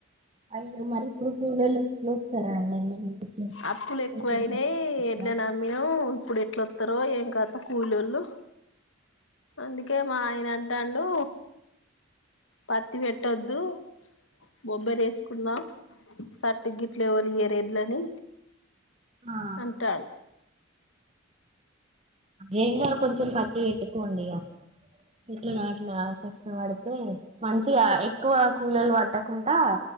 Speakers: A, on the right; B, on the left.
A: అయ్యో మరి ఇప్పుడు కూలళ్ళ ఎట్లు వస్తారండి మీ ఇంటికి
B: అప్పులు ఎక్కువ
A: సేమ్
B: అయినాయి
A: ఇట్లా
B: ఎడ్లే న అమ్మిన ఇప్పుడు ఎట్లా వస్తారో ఏం కథ కూలీళ్ళు అందుకే మా ఆయన అంటే నన్ను పత్తి పెట్టద్దు. బొబ్బర వేసుకున్నా సట్టు గిట్ల ఎవ్వరివ్వరు ఎడ్లని.
A: ఆ
B: అంటాను.
A: ఏమీ కాదు కోంచం పత్తి పెట్టుకోండి ఇగా. ఇట్లానొ అట్లానో కష్టపడితే మంచిగా ఎక్కువ కూలలు పట్టకుండా.